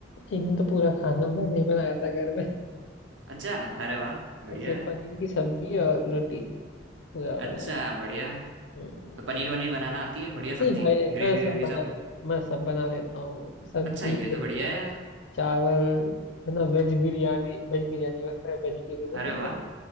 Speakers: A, on the left (about 75°); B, on the right (about 80°).
A: एक दिन तो पूरा खाना मैंने ही बनाया था घर में
B: अच्छा अरे वाह बढ़िया
A: ऐसे
B: है
A: पनीर की सब्जी और रोटी पूरा
B: अच्छा
A: बनाया
B: बढ़िया
A: था हाँ।
B: तो पनीर वनीर बनाना आती है बढ़िया सब्जी
A: नहीं भाई
B: ग्रेवी
A: मैं सब
B: वेवी
A: बना
B: सब
A: ले मैं सब बना लेता हूँ सब्जी
B: अच्छा ये तो बढ़िया है यार
A: चावल है ना वेज बिरयानी वेज बिरयानी मैं वेजिटेरियन हूँ
B: अरे
A: तो
B: वाह
A: मैं